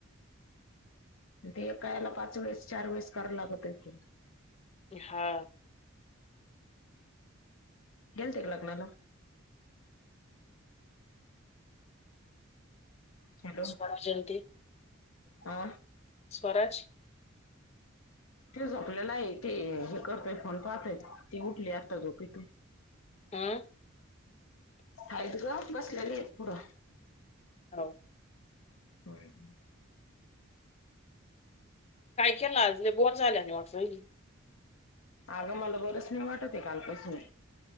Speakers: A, on the left; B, on the left.
A: ते कायला पाच वेळेस चार वेळेस करायला लागतायेत ते
B: हा.
A: गेलते का लग्नाला हॅलो
B: स्वराज आणि ते
A: हा.
B: स्वराज.
A: तेच झोपलेला हाय ते हे करतोय फोन पाहतोय ती उठली आता झोपेतून
B: आं.
A: हाइत ग बसल्याली हाइत पुढं.
B: हॅलो.
A: डोळ्यात
B: काय केल आज लई बोर झाले <inaudible>
A: आगं मला बरच नाही वाटत आहे कालपासून